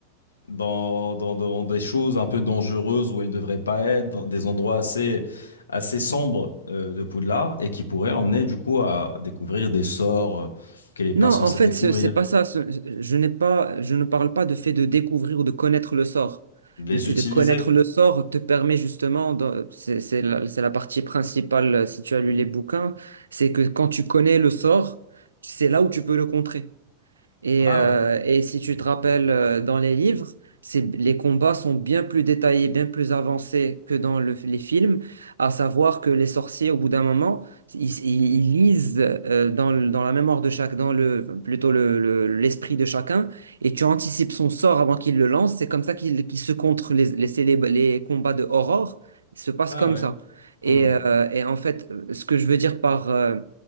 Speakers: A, on the left (about 75°); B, on the right (about 75°).
A: dans, dans, dans des choses un peu dangereuses où elle devrait pas être, dans des endroits assez, assez sombres euh, de Poudlard, et qui pourraient l'emmener du coup à découvrir des sorts euh, qu'elle n'est pas
B: Non,
A: censée
B: en fait,
A: découvrir,
B: ce- c'est pas ça. Ce- Je n'ai pas, je ne parle pas de fait de découvrir ou de connaître le sort.
A: les
B: Le fait
A: utiliser.
B: de connaître le sort te permet justement, de- c'est c'est la, c'est la partie principale euh, si tu as lu les bouquins, c'est que quand tu connais le sort, c'est là où tu peux le contrer. Et,
A: Ah
B: euh,
A: ouais,
B: et si tu te rappelles, euh, dans les livres, c'est, les combats sont bien plus détaillés, bien plus avancés que dans le- les films, à savoir que les sorciers, au bout d'un moment, ils, ils- ils lisent euh, dans, le- dans la mémoire de chaque, dans le, plutôt le, le- l'esprit de chacun, et tu anticipes son sort avant qu'il le lance. C'est comme ça qu'il qu'il se contre les, les, célèbres- les combats de Aurore. Ils se passent
A: ouais,
B: comme
A: ouais.
B: ça. Et,
A: Hmm,
B: euh, et en fait, ce que je veux dire par, euh,